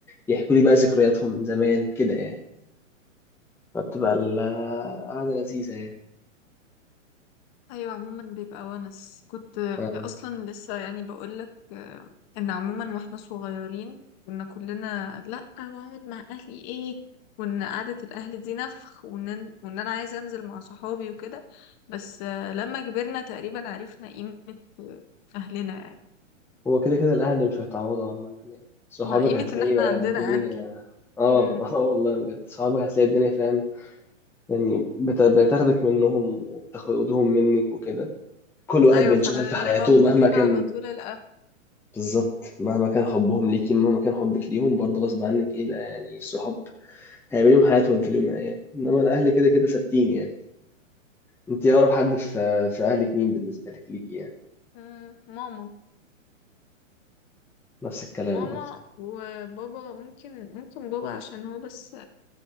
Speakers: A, in the centre; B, on the left.
A: يحكوا لي بقى ذكرياتهم زمان كده يعني فبتبقى القعدة لذيذة يعني
B: ايوه عموما بيبقى ونس كنت
A: آه.
B: اصلا لسه يعني بقولك آه، ان عموما واحنا صغيرين كنا كلنا لا واقعد مع اهلي ايه وان قعدة الاهل دي نفخ وان وان انا عايزه انزل مع صحابي وكده بس آه، لما كبرنا تقريبا عرفنا قيمة آه، اهلنا يعني
A: هو كده كده الأهل مش هيتعوضوا عامة يعني صحابك
B: ما قيمة
A: هتلاقي
B: ان احنا
A: بقى
B: عندنا
A: الدنيا
B: اهل
A: اه
B: مم.
A: <laughs> اه والله بجد صحابك هتلاقي الدنيا فاهم يعني بت... بتاخدك منهم وبتاخدهم منك وكده كل واحد
B: ايوه
A: بينشغل
B: فعلا
A: في حياته
B: اللي موجودين
A: مهما كان
B: على طول الاهل
A: بالظبط مهما كان حبهم ليكي مهما كان حبك ليهم برضه غصب عنك ايه لا يعني الصحاب هيبقى ليهم حياتهم في اليوم يعني انما الأهل كده كده ثابتين يعني انت أقرب حد في في أهلك مين بالنسبة لك ليكي يعني
B: مم. ماما
A: نفس الكلام
B: ماما
A: برضه
B: وبابا ممكن ممكن بابا عشان هو بس